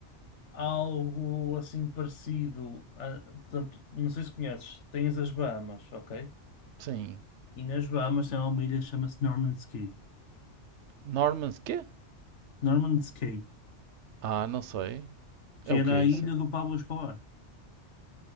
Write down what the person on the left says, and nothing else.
algo assim parecido. a- tanto- não sei se conheces, tens as Bahamas, ok?
E nas Bahamas tem lá uma ilha que chama-se Norman's Cay.
Norman's Cay,
que
era
a ilha do Pablo Escobar.